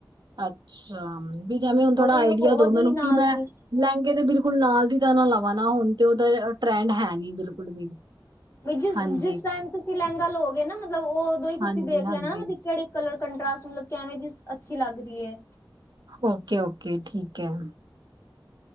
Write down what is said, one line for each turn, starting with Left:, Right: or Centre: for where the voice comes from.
Right: ਅੱਛਾ ਵੀ ਜੇਵੇਂ ਹੁਣ ਥੋੜਾ
Left: ਉਹਦੇ
Right: ਆਈਡੀਆ
Left: ਉਹਦੇ
Right: ਦੋ ਮੈਨੂੰ
Left: ਨਾਲ
Right: ਕਿ ਮੈਂ
Left: ਦੀ
Right: ਲਹਿੰਗੇ ਤੇ ਬਿਲਕੁਲ ਨਾਲ ਦੀ ਤਾਂ ਨਾ ਲਵਾ ਨਾ ਹੁਣ ਤੇ ਉਦਾ ਟ੍ਰੈਂਡ ਹੈ ਨੀ ਬਿਲਕੁਲ ਵੀ
Left: ਵਈ ਜਿਸ
Right: ਹਾਂਜੀ,
Left: ਜਿਸ ਟਾਈਮ ਤੁਸੀਂ ਲੇਂਗਾ ਲਓਗੇ ਨਾ ਮਤਲਬ ਉਦੋਂ ਹੀ ਤੁਸੀਂ
Right: ਹਾਂਜੀ,
Left: ਦੇਖ
Right: ਹਾਂਜੀ,
Left: ਲੈਣਾ ਨਾ ਮਤਲਬ ਕੇੜੇ ਕਲਰ ਕੰਟਾਸ ਮਤਲਬ ਕੈਵੇਂ ਦੀ ਅੱਛੀ ਲੱਗ ਰੀ ਏ।
Right: ਓਕੇ-ਓਕੇ ਠੀਕ ਐ।